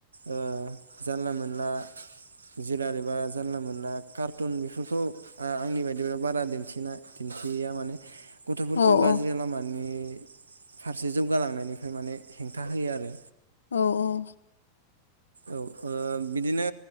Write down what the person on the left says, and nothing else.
औ
औ
औ औ